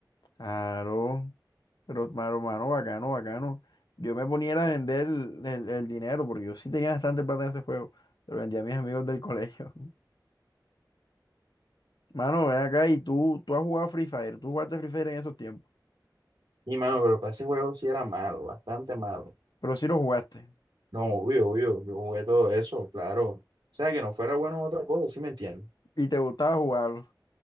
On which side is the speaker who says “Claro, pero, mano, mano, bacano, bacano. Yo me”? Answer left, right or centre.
Left